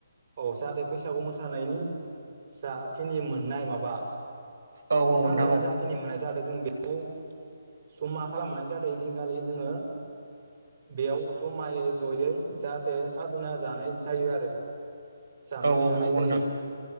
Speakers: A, on the right; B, on the right.
A: औ जाहाथे बैसागु मोसानायनि जा खिनि मोननाय माबा
B: औ
A: फैसा
B: नोंथां
A: माइरं
B: औ
A: जाखिनि मोननाय जादों जों बेखौ जामा खालामनानै जाहाथे ओय दिनखालि जोङो बेयाव जमायै जयै जाहाथे खाजोना जानाय जायो आरो जामुं
B: औ औ
A: जानाय
B: नंगौ
A: जायो
B: नोंथां